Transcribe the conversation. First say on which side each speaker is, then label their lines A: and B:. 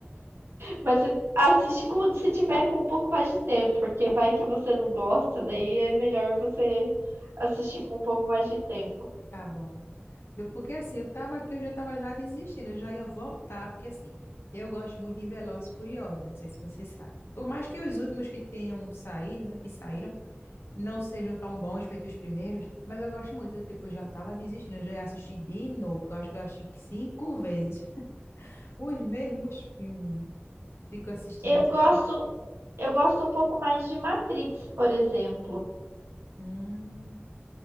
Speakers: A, on the right; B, on the left.
A: Mas você assiste quando se tiver com um pouco mais de tempo, porque vai que você não gosta, daí é melhor você assistir com um pouco mais de tempo.
B: tá bom. Eu, porque assim, eu tava aqui, eu já tava já desistindo, eu já ia voltar, porque assim, eu gosto muito de Velozes e Furiosos, né? Não sei se você sabe. Por mais que os últimos que tenham saído, né, que saíram, não sejam tão bons feitos os primeiros, mas eu gosto muito. Eu, tipo, já tava desistindo, eu já assisti de novo, que eu acho que eu assisti cinco vezes <laughs> os mesmos filmes. Fico assistindo,
A: Eu
B: assistindo.
A: gosto, eu gosto um pouco mais de Matrix, por exemplo,
B: Hum,